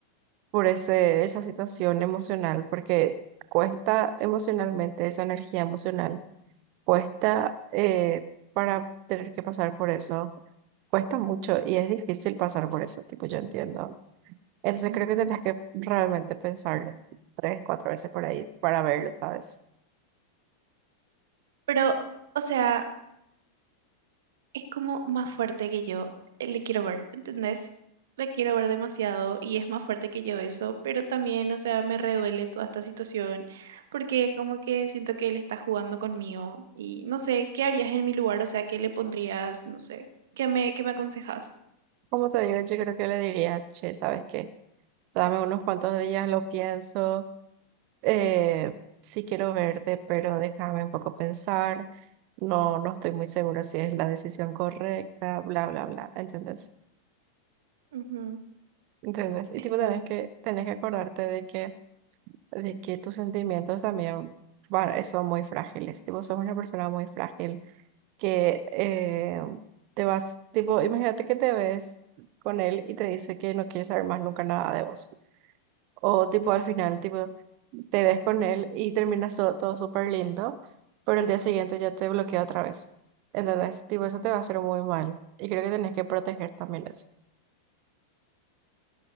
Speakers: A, on the right; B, on the right.
A: por ese, esa situación emocional, porque cuesta emocionalmente, esa energía emocional, cuesta eh, para tener que pasar por eso, cuesta mucho y es difícil pasar por eso, tipo, yo entiendo. Entonces
B: Ujú.
A: creo que tenés que realmente pensarlo tres, cuatro veces por ahí para verlo otra vez.
B: Pero, o sea, es como más fuerte que yo. eh, Le quiero ver, ¿entendés? Le quiero ver demasiado y es más fuerte que yo eso, pero también, o sea, me reduele toda esta situación porque es como que siento que él está jugando conmigo y no sé, ¿qué harías en mi lugar? O sea, ¿qué le pondrías? No sé, ¿qué me, qué me aconsejas?
A: Como te digo, yo creo que le diría, che, ¿sabes qué? Dame unos cuantos días, lo pienso Eh, sí quiero verte, pero déjame un poco pensar. No, no estoy muy segura si es la decisión correcta, bla, bla, bla. ¿Entendés?
B: Ujú,
A: ¿Entendés?
B: Está
A: Y tipo tenés
B: bien.
A: que, tenés que acordarte de que, de que tus sentimientos también van- son muy frágiles. Tipo, sos una persona muy frágil que eh, te vas, tipo, imagínate que te ves con él y te dice que no quiere saber más nunca nada de vos. O tipo al final, tipo, te ves con él y terminas so- todo súper lindo, pero el día siguiente ya te bloquea otra vez. Entonces, tipo, eso te va a hacer muy mal. Y creo que tenés que proteger también eso.